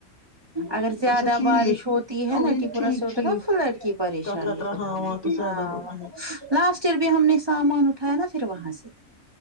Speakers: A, on the right; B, on the left.
A: اگر زیادہ
B: اچھا ٹھیک
A: بارش ہوتی ہے
B: ہوئی
A: ناٹی پورا
B: ٹھیک
A: سے ہوتا
B: ٹھیک
A: ہے نا فلٹ کی پریشانی
B: کا خطرہ
A: پھر
B: ہاں
A: ہم
B: وہاں تو زیادہ
A: ہاں
B: ہوتا ہے
A: لاسٹ ایئر بھی ہم نے سامان اٹھایا نا پھر وہاں سے